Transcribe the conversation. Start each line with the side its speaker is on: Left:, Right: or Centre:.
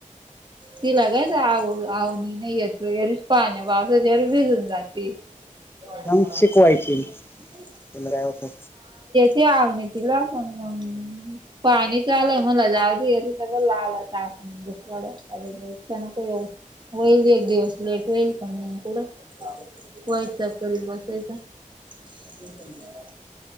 Right: तिला कायच आव आवनी नाही येत जर पाहण्या पावसा जरी भिजून जाते. हा
Left: जाऊन शिकवायची
Right: तेच.
Left: त्याला काय होतं.
Right: ते आव तिला पण मग <inaudible> पाणी चालंय मला जावध ग ब ला आलाता आपण दुखड <inaudible> वक ये होईल एक दिवस <inaudible> लेट होईल पण पुुडं व्हायच क बसायचा <inaudible> ह <inaudible>